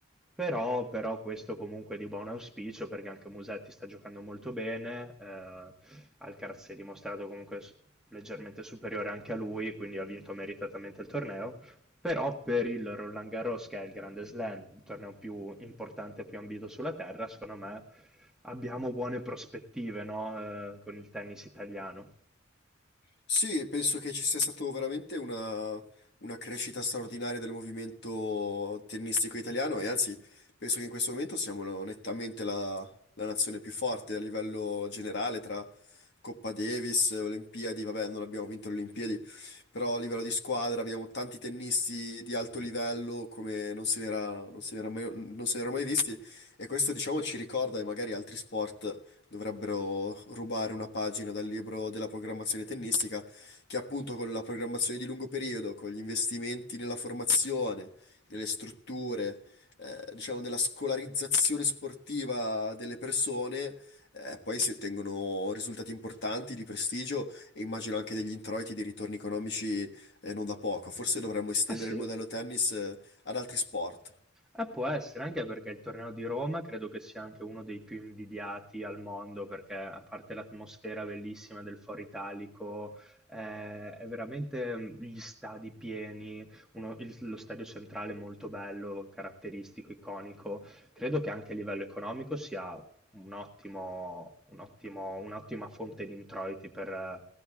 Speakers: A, in the centre; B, on the left.
A: Però, però questo comunque è di buon auspicio perché anche Musetti sta giocando molto bene, eh, Alcaraz si è dimostrato comunque s- leggermente superiore anche a lui, quindi ha vinto meritatamente il torneo però per il Roland Garros, che è il Grande Slam, il torneo più importante e più ambito sulla terra, secondo me abbiamo buone prospettive, no? Eh, con il tennis italiano.
B: Sì, penso che ci sia stata veramente una, una crescita straordinaria del movimento tennistico italiano e anzi penso che in questo momento siamo la- nettamente la, la nazione più forte a livello generale tra Coppa Davis, Olimpiadi, vabbè non abbiamo vinto le Olimpiadi, però a livello di squadra abbiamo tanti tennisti di alto livello come non se n'era non se n'era mai, non se n'era mai visti e questo diciamo ci ricorda e magari altri sport dovrebbero rubare una pagina dal libro della programmazione tennistica, che appunto con la programmazione di lungo periodo, con gli investimenti nella formazione, nelle strutture, eh, diciamo nella scolarizzazione sportiva delle persone, eh, poi si ottengono risultati importanti di prestigio e immagino anche degli introiti, dei ritorni economici, eh, non da poco. Forse dovremmo estendere
A: Eh sì,
B: il modello tennis, eh, ad altri sport.
A: eh, può essere, anche perché il torneo di Roma credo che sia anche uno dei più invidiati al mondo, perché a parte l'atmosfera bellissima del Foro Italico, eh, è veramente mm, gli stadi pieni, uno- il- lo stadio centrale molto bello, caratteristico, iconico. Credo che anche a livello economico sia un ottimo, un ottimo- un'ottima fonte di introiti per, eh,